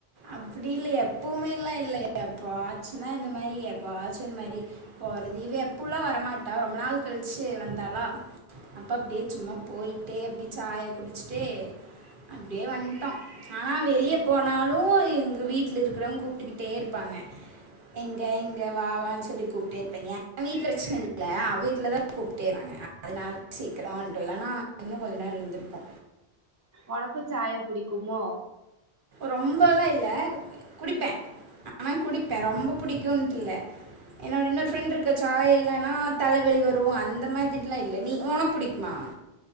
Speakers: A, on the right (about 55°); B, on the right (about 25°).
A: அப்டி இல்ல எப்பவுமே எல்லா இல்ல எப்ப ஆச்சுன்னா இந்த மாரி எப்போ ஆச்சு இந்த மாரி போறது இவ எப்புல்லா வரமாட்டா ரொம்ப நாள் கழிச்சு வந்தாளா அப்ப அப்டியே சும்ம போயிட்டே அப்டியே சாய குடிச்சுட்டே அப்டியே வன்ட்டோ ஆனா வெளிய போனா லு எங்க வீட்ல இருக்கிறவங்க கூப்பிட்டுக்கிட்டே இருப்பாங்க எங்க எங்க வாவான்னு சொல்லி கூப்டே இருப்பே ஏ வீட் பிரச்சன இல்ல அவ வீட்ல தா கூப்பிட்டேக்கிறாங்க அதனால சீக்கரமா வந்ட்டோ இல்லனா இன்னு கொஞ்ச நேரோ இருந்துருப்போ
B: ஒனக்கு சாயா புடிக்குமோ
A: ரொம்பல்லா இல்ல குடிப்பே ஆனா குடிப்பே ரொம்ப புடிக்குன்ட்டு இல்ல என்னோட இன்னொரு ஃப்ரெண்ட் இருக்க சாய் இல்லனா தலவலி வரு அந்த மாதிரிலா இல்ல நீ உனக் புடிக்மா